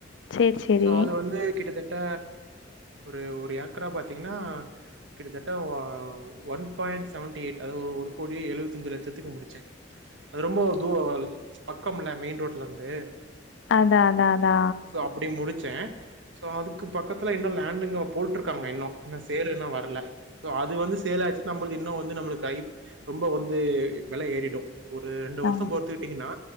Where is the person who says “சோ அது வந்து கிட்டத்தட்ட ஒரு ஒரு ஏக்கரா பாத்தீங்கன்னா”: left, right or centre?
Right